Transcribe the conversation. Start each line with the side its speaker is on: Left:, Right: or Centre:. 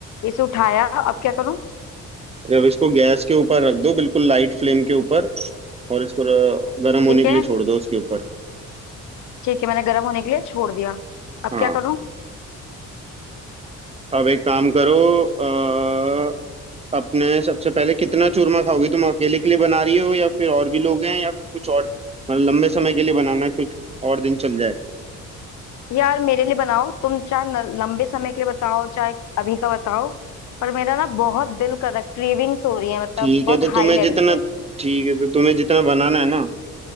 Left: इसे उठाया अब क्या करूं
Right: अब इसको गैस के ऊपर रख दो बिल्कुल लाइट फ्लेम के ऊपर और इसको र- गर्म
Left: ठीक
Right: होने के
Left: है
Right: लिए छोड़ दो उसके ऊपर
Left: ठीक है मैंने गर्म होने के लिए छोड़ दिया अब
Right: हाँ
Left: क्या करूं
Right: अब एक काम करो अ, अपने सबसे पहले कितना चूरमा खाओगी तुम अकेले के लिए बना रही हो या फिर और भी लोग हैं या फिर कुछ और मतलब लंबे समय के लिए बनाना है कुछ और दिन चल जाए
Left: यार मेरे लिए बनाओ तुम चाहे न- लंबे समय के लिए बताओ चाहे अभी का बताओ पर मेरा ना बहुत दिल कर रहा क्रेविंग्स हो रही है मतलब
Right: ठीक
Left: बहुत
Right: है तो
Left: हाई
Right: तुम्हें
Left: लेवल
Right: जितना
Left: पे
Right: ठीक है तो तुम्हें जितना बनाना है ना